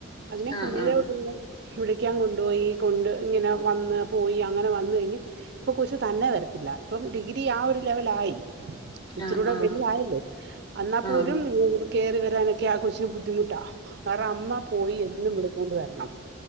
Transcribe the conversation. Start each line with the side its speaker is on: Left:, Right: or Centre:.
Right: അതിനെ
Left: ആ
Right: കുഞ്ഞിലെതൊട്ടിങ്ങനെ
Left: ആ
Right: വിളിക്കാൻ കൊണ്ടുപോയി കൊണ്ട് ഇങ്ങനെ വന്ന് പോയി അങ്ങനെ വന്ന് കഴിഞ്ഞ് ഇപ്പം കൊച്ച് തന്നെ വരത്തില്ല ഇപ്പം ഡിഗ്രി ആ ഒരു ലെവലായി ഇച്ചിരൂടെ
Left: ആ ആ ആ
Right: വലുതായല്ലോ അന്നാ പോലും
Left: ആ
Right: ഇവിടെ കയറി വരാനൊക്കെ ആ കൊച്ചിന് ബുദ്ധി ബുദ്ധിമുട്ടാ അവര്ട അമ്മ പോയി എന്നും വിളിച്ചോണ്ട് വരണം